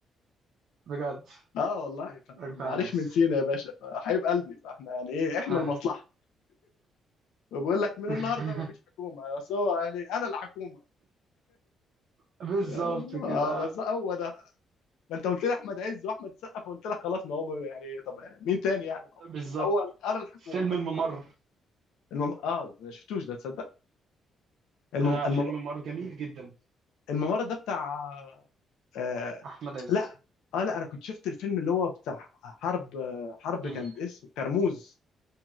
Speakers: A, on the right (about 70°); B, on the left (about 85°).
A: بجد
B: اه والله فانا
A: اجدع
B: من العريش
A: ناس
B: من سينا يا باشا فحبيب قلبي فاحنا يعني ايه احنا
A: آه.
B: المصلحه بقول لك من
A: <laughs>
B: النهارده مفيش حكومه بس هو يعني انا الحكومه
A: بالظبط
B: آه،
A: كده
B: بس هو ده ما انت قلت لي احمد عز واحمد سقا فقلت لك خلاص ما هو يعني طب مين تاني يعني ما هو
A: بالظبط
B: الاول انا الحكومه
A: فيلم الممر
B: المم... اه ما شفتوش ده تصدق المم...
A: آه
B: المم...
A: فيلم الممر جميل جدا
B: الممر ده بتاع آه...
A: احمد عز
B: لا اه لا انا كنت شفت الفيلم اللي هو بتاع حرب آه، حرب
A: مم.
B: كان اسمه كرموز